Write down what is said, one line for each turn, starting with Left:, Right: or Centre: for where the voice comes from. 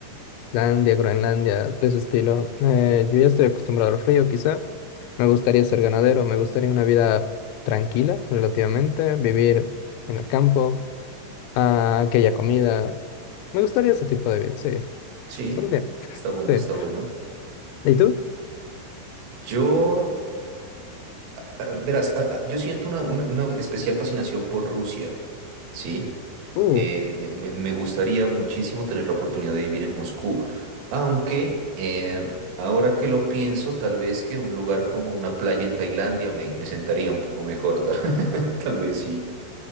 Left: Islandia, Groenlandia, de ese estilo. Eh, yo ya estoy acostumbrado al frío, quizá. Me gustaría ser ganadero, me gustaría una vida tranquila, relativamente, vivir en el campo, ah, aquella comida. Me gustaría ese tipo de vida, sí.
Right: Sí,
Left: Saldría,
Right: está bueno,
Left: sí.
Right: está bueno.
Left: ¿Y tú?
Right: Yo Ah, Verás, ah, ah, yo siento una, una- una especial fascinación por Rusia, ¿sí?
Left: Uh,
Right: Eh, me, me- me gustaría muchísimo tener la oportunidad de vivir en Moscú, aunque eh, ahora que lo pienso, tal vez que un lugar como una playa en Tailandia me, me sentaría un poco mejor, tal, <laughs> tal vez sí.